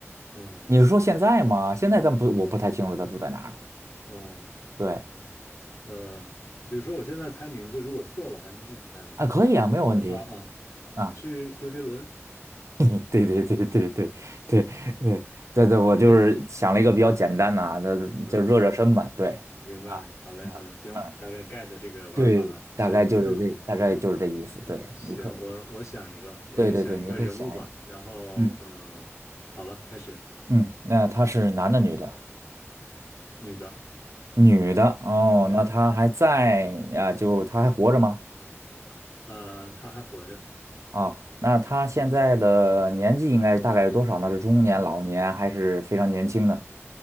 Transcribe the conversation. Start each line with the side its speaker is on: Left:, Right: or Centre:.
Left: 嗯，
Right: 你是说现在吗？现在咱不，我不太清楚他住在哪儿。
Left: 哦，
Right: 对
Left: 呃，比如说我现在猜名字，如果错了还能继续猜吗？
Right: 啊，可以啊，没有问题
Left: 啊啊，
Right: 啊。
Left: 是周杰伦。
Right: <laughs> 对对对对对对对对对，
Left: 啊，
Right: 我就是想了一个比较简单的啊，
Left: 哎，
Right: 就就热热身嘛。
Left: 嗯，
Right: 对
Left: 明白了，
Right: 啊，
Left: 好嘞，好嘞，行，
Right: 嗯，
Left: 大概 get 这个玩法了。
Right: 对，
Left: 行，
Right: 大概就是这，
Left: 那
Right: 大概就是这意思。对，
Left: 行，
Right: 你可，
Left: 我我想一个，我也想一个人物吧。
Right: 对对对，你可以想一想。
Left: 然后嗯，
Right: 嗯
Left: 好了，开始，
Right: 嗯，那他是男的女的？
Left: 女的，
Right: 女的哦，
Left: 嗯，
Right: 那他还在啊？就他还活着吗？
Left: 呃，她还活着，
Right: 啊，那他现在的年纪应该是大概是多少呢？是中年、老年还是非常年轻呢？